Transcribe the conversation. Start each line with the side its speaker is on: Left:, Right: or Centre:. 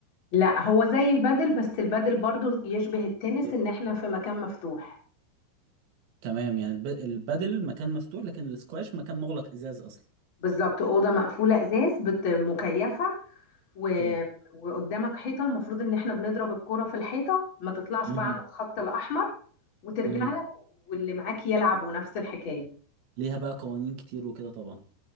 Left: لا هو زي البادل بس البادل برضو يشبه التنس
Right: إيه؟
Left: إن إحنا في مكان مفتوح
Right: تمام يعني الب- البادل مكان مفتوح لكن السكواش مكان مغلق ازاز اصلا
Left: بالظبط اوضه مقفوله ازاز بت- مكيفه و...
Right: اوكي
Left: وقدامك حيطه المفروض ان احنا بنضرب الكره في الحيطه ما تطلعش
Right: مهم.
Left: بقى عن الخط الاحمر وترجع
Right: مهم.
Left: لك واللي معاك يلعب ونفس الحكايه
Right: ليها بقى قوانين كتير وكده طبعا